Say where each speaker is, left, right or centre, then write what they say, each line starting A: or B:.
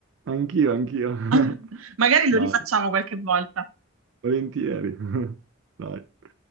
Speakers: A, on the right; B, on the right.
A: Anch'io, anch'io. <laughs>
B: <laughs> Magari lo
A: Dai,
B: rifacciamo qualche volta.
A: volentieri. <laughs> Dai.